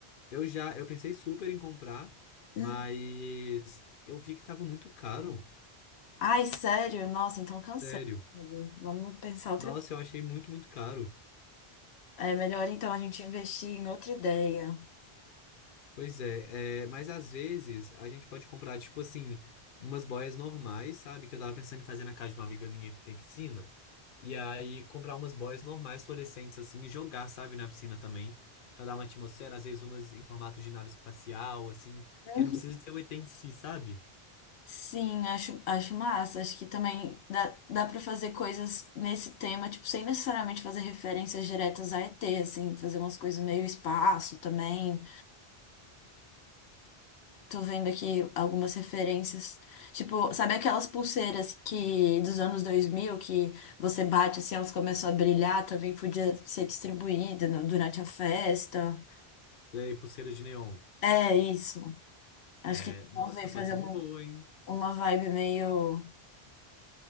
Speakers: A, on the left; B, on the left.
A: Eu já, eu pensei super em comprar, mas
B: Hum.
A: eu vi que tava muito caro.
B: Ai, sério? Nossa, então cancela.
A: Sério.
B: Vamos pensar outra.
A: Nossa, eu achei muito, muito caro.
B: É melhor então a gente investir em outra ideia.
A: Pois é, é, mas às vezes a gente pode comprar, tipo assim, umas boias normais, sabe? Que eu tava pensando em fazer na casa de uma amiga minha que tem piscina. E aí comprar umas boias normais, fluorescentes, assim, e jogar, sabe, na piscina também. Pra dar uma atmosfera, às vezes umas em formato de nave espacial, assim,
B: Uhum.
A: que não precisa ser o ET em si, sabe?
B: Sim, acho, acho massa. Acho que também dá, dá para fazer coisas nesse tema, tipo, sem necessariamente fazer referências diretas a ET, assim, fazer umas coisas meio espaço também. Tô vendo aqui algumas referências. Tipo, sabe aquelas pulseiras que dos anos 2000 que você bate assim, elas começam a brilhar, também podia ser distribuída no- durante a festa.
A: Sei, pulseira de neon.
B: É isso. Acho
A: É,
B: que
A: nossa,
B: talvez
A: pode
B: fazer
A: ser uma
B: uma,
A: boa, hein?
B: uma vibe meio,